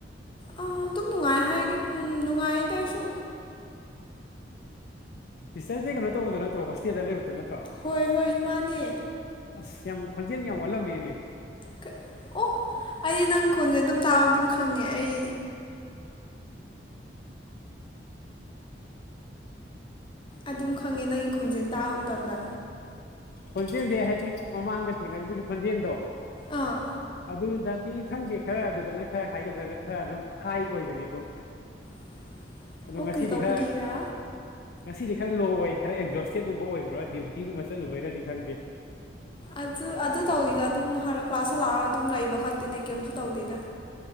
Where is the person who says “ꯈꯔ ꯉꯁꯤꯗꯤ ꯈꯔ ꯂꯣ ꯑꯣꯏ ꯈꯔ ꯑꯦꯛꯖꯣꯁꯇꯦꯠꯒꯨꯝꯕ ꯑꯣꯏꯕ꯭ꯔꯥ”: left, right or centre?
Left